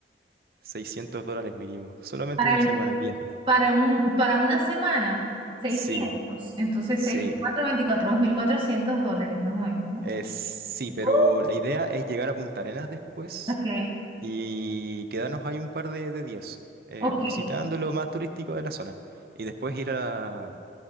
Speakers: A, on the right; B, on the right.
A: 600 dólares mínimo. Solamente
B: Para
A: una
B: el,
A: semana de viaje.
B: para un, para una semana, seiscientos
A: Sí,
B: Entonces,
A: sí,
B: 6 por cuatro veinticuatro dos mil cuatrocientos dólares, más o menos, ¿no?
A: es, sí, pero
B: Uh.
A: la idea es llegar a Punta Arenas después
B: Ok,
A: y quedarnos ahí un par de, de días, eh,
B: ok,
A: visitando lo más turístico de la zona. Y después ir a-